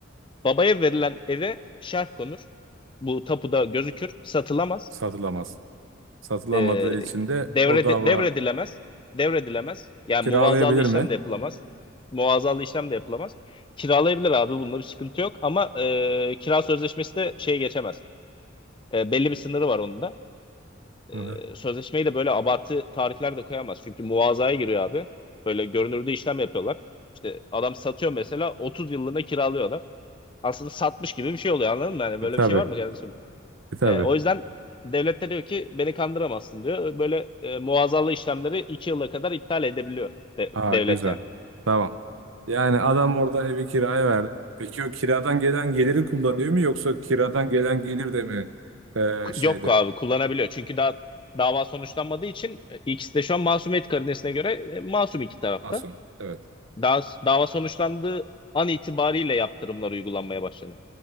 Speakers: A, on the left; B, on the right.
A: Babaya verilen eve şerh konur. Bu tapuda gözükür. Satılamaz.
B: satılamaz. Satılamadığı
A: E,
B: için de
A: devrede,
B: o dava
A: devredilemez. Devredilemez. Yani
B: kiralayabilir
A: muvazalı işlem
B: mi?
A: de yapılamaz. Muvazalı işlem de yapılamaz. Kiralayabilir abi. Bunda bir sıkıntı yok. Ama e, kira sözleşmesi de şey geçemez. E, belli bir sınırı var onun da. E,
B: Hı.
A: sözleşmeyi de böyle abartı tarihler de koyamaz. Çünkü muvazaya giriyor abi. Böyle görünürde işlem yapıyorlar. İşte adam satıyor mesela 30 yıllığına kiralıyor adam. Aslında satmış gibi bir şey oluyor anladın mı? Yani
B: E,
A: böyle
B: Tabii.
A: bir şey var mı kardeşim?
B: E, tabii.
A: E, o yüzden devlet de diyor ki beni kandıramazsın diyor. Böyle e, muazzalı işlemleri 2 yıla kadar iptal edebiliyor de-
B: Aa,
A: devlet
B: güzel.
A: yani.
B: Tamam. Yani adam orada evi kiraya verdi. Peki o kiradan gelen geliri kullanıyor mu yoksa kiradan gelen gelir de mi
A: Ku-
B: e, şeyde?
A: Yok abi kullanabiliyor. Çünkü daha dava sonuçlanmadığı için e, ikisi de şu an masumiyet karinesine göre e, masum iki tarafta.
B: Asun. Evet.
A: Daha, dava sonuçlandığı an itibariyle yaptırımlar uygulanmaya başlanır.